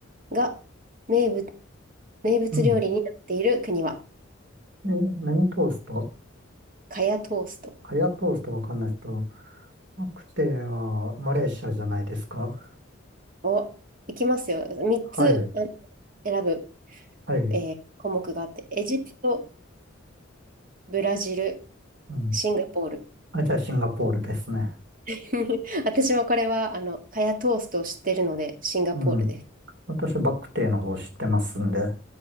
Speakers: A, on the right (about 45°); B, on the right (about 60°).
A: ーが名物、名物料理になっている国は、
B: う。うん。え、何トースト
A: カヤトースト
B: カヤトーストわかんないですけど、マクテはマレーシアじゃないですか
A: を、いきますよ。3つあ
B: はい。
A: 選ぶ、
B: はい。
A: えー項目があって、エジプト、ブラジル、
B: うん。
A: シンガポール。
B: あ、じゃあ、シンガポールですね。
A: <laughs> 私もこれは、あの、カヤトーストを知ってるので、シンガポールです。
B: うん。私、バクテーの方知ってますんで。